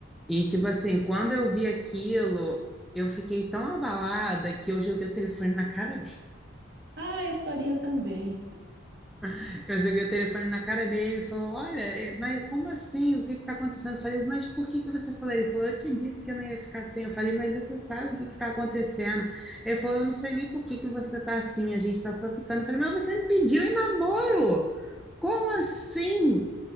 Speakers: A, in the centre; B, on the right.
A: E, tipo assim, quando eu vi aquilo, eu fiquei tão abalada que eu joguei o telefone na cara dele.
B: Ah, eu faria também.
A: <laughs> Eu joguei o telefone na cara dele, ele falou: Olha, eh, mas como assim? O que que tá acontecendo? Eu falei: Mas por que que você falou? Ele falou: Eu te disse que eu não ia ficar assim. Eu falei: Mas você sabe o que que tá acontecendo? Ele falou: Eu não sei nem por que que você tá assim, a gente tá só ficando. Eu falei: Mas você me pediu em namoro! Como assim?